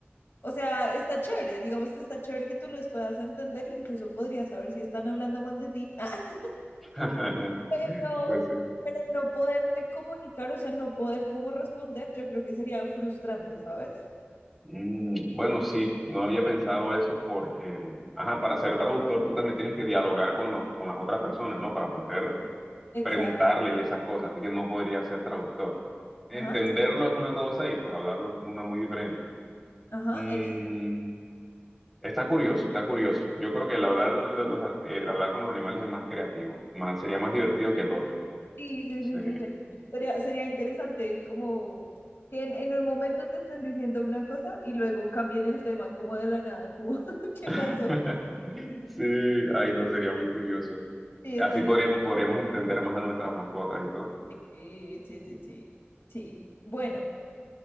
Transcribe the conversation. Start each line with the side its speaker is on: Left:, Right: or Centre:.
Left: O sea, está chévere, digamos, está chévere que tú les puedas entender, incluso podrías saber si están hablando mal de ti. <laughs>
Centre: <laughs>
Left: Ah, pero,
Centre: Pues sí.
Left: pero no poderte comunicar, o sea, no poder cómo responder, yo creo que sería frustrante, ¿sabes?
Centre: Mm, bueno, sí, no había pensado eso porque, ajá, para ser traductor tú también tienes que dialogar con, lo- con las otras personas, ¿no? Para poder
Left: Exacto.
Centre: preguntarle y esas cosas, así que no podría ser traductor. Entenderlo
Left: Ajá,
Centre: es una cosa y pues hablarlo es una muy diferente.
Left: ajá,
Centre: Mm,
Left: exacto.
Centre: está curioso, está curioso. Yo creo que el hablar, de los- eh, el hablar con los animales es más creativo, más, sería más divertido que el otro.
Left: Sí, sí,
Centre: Sí.
Left: sí, sí, sería, sería, sería interesante como que en, en un momento te estén diciendo una cosa y luego cambien el tema como de la nada, como <laughs> ¿qué pasó?
Centre: <laughs> Sí, ay, no, sería muy curioso.
Left: Sí,
Centre: Así
Left: estaría.
Centre: podríamos, podríamos entender más a nuestras mascotas y todo.
Left: Sí, sí, sí, sí. Sí. Bueno,